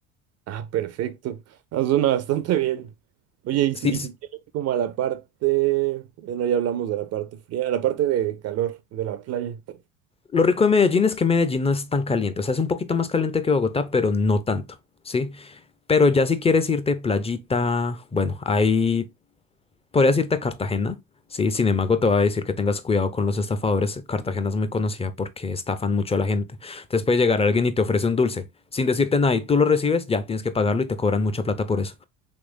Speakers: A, on the right; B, on the left.
A: Ah, perfecto. Ah, suena bastante bien. Oye, y
B: Sí,
A: si,
B: es-
A: y si quieres como a la parte, bueno, ya hablamos de la parte fría, a la parte de calor de la playa. <laughs>
B: lo rico de Medellín es que Medellín no es tan caliente, o sea, es un poquito más caliente que Bogotá, pero no tanto, ¿sí? Pero ya si quieres irte playita, bueno, ahí Podrías irte a Cartagena, sí, sin embargo te voy a decir que tengas cuidado con los estafadores. Cartagena es muy conocida porque estafan mucho a la gente. Entonces puede llegar alguien y te ofrece un dulce, sin decirte nada, y tú lo recibes, ya tienes que pagarlo y te cobran mucha plata por eso.